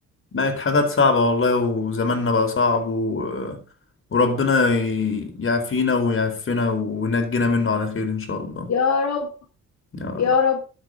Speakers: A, on the left; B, on the left.
A: بقت حاجات صعبة والله وزماننا بقى صعب و... وربنا ي- يعافينا ويعفنا وينجينا منه على خير إن شاء الله
B: يا رب
A: يا رب
B: يا رب